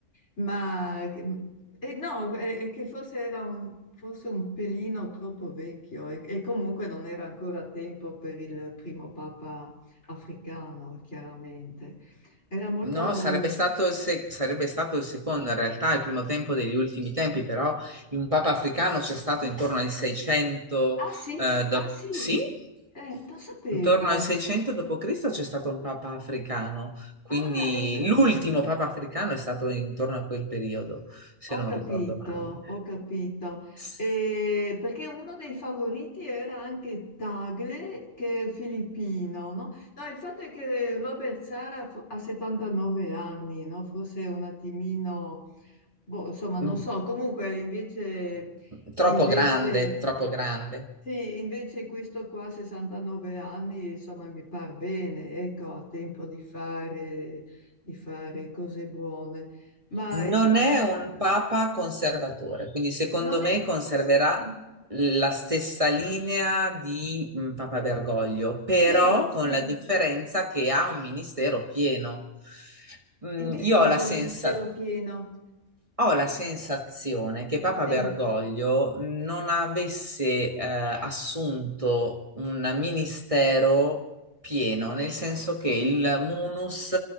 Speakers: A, on the left; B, on the right.
A: Ma eh, no, è, è che forse era un, forse un pelino troppo vecchio e, e comunque non era ancora tempo per il primo papa africano, chiaramente. Era molto...
B: No, sarebbe stato il se- sarebbe stato il secondo, in realtà il primo tempo degli ultimi tempi, però in Papa Africano c'è stato intorno al 600,
A: Ah sì?
B: eh, do-
A: Ah sì?
B: sì,
A: Eh, lo sapevo.
B: intorno al 600 d.C. c'è stato un Papa Africano, quindi
A: Ah, ecco,
B: l'ultimo Papa Africano è stato intorno a quel periodo, se
A: ho
B: non
A: capito,
B: ricordo male.
A: ho capito.
B: S-
A: Eh, perché uno dei favoriti era anche Tagle, che è filippino, no? No, il fatto è che Robert Sara fo- ha 79 anni, no? Forse un attimino, boh, insomma, non
B: mm,
A: so. Comunque, invece,
B: Troppo
A: invece
B: grande, troppo grande.
A: Sì, invece questo qua, 69 anni, insomma, mi par bene, ecco, ha tempo di fare, di fare cose buone. Ma
B: Non
A: insomma,
B: è un papa conservatore, quindi secondo
A: non è...
B: me conserverà
A: Sì,
B: la stessa linea di mm, Papa Bergoglio, però
A: sì, sì.
B: con la differenza che ha un ministero pieno. Mm,
A: In che
B: Io
A: senso
B: ho la sensa-
A: un ministero pieno?
B: ho la sensazione che Papa
A: Sì.
B: Bergoglio non avesse eh, assunto un ministero pieno, nel senso che il munus